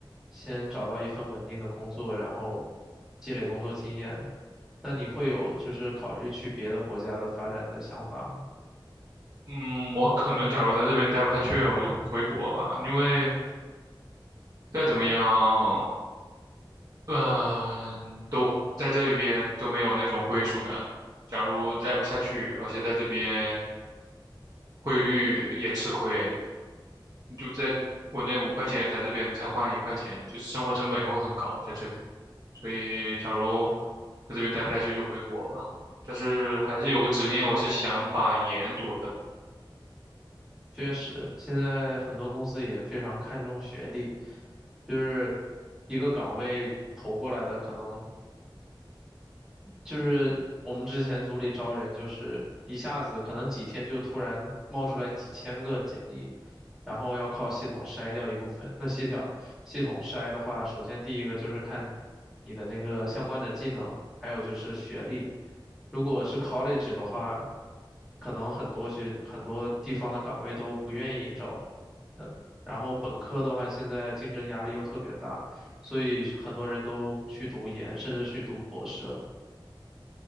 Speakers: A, in the centre; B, on the right.
A: 先找到一份稳定的工作，然后积累工作经验。那你会有就是考虑去别的国家的发展的想法吗？
B: 嗯，我可能假如在这边待不下去，我就回国吧，因为再怎么样。嗯，都在这一边都没有那种归属感。假如待不下去，而且在这边汇率也吃亏，你就在国内五块钱，在这边才换一块钱，就生活成本也会很高在这边。所以，假如在这边待不下去，就回国吧。但是还是有个执念，我是想把研读了。
A: 确实，现在很多公司也非常看重学历，就是一个岗位投过来的可能。就是我们之前组里招人，就是一下子可能几天就突然冒出来几千个简历，然后要靠系统筛掉一部分。那系统系统筛的话，首先第一个就是看你的那个相关的技能，还有就是学历。如果是 college 的话，可能很多学很多地方的岗位都不愿意招。呃，然后本科的话，现在竞争压力又特别大，所以很多人都去读研，甚至去读博士了。